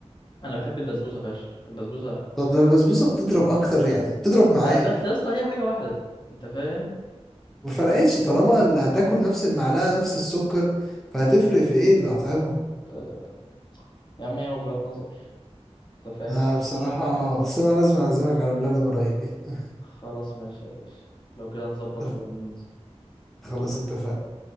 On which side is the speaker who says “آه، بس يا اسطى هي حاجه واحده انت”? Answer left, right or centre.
Left